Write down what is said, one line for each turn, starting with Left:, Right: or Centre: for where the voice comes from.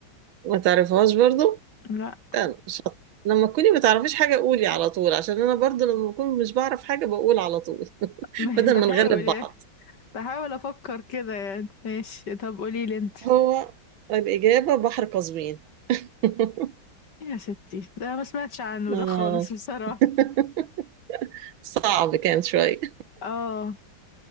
Right: ما تعرفهاش برضو
Left: لأ
Right: استنى، شط لما تكوني ما تعرفيش حاجة قولي على طول عشان انا برضو لما بكون مش بعرف حاجة بقول على طول <laughs>
Left: <laughs>
Right: بدل
Left: بحاول
Right: ما نغلب
Left: يعني
Right: بعض
Left: بحاول أفكر كده يعني ماشي طب قوليلي أنت
Right: هو الإجابة بحر قزوين <laughs>
Left: يا ستي ده ما سمعتش عنه
Right: آه.
Left: ده خالص بصراحة
Right: <laughs> صعب كان شوية
Left: اه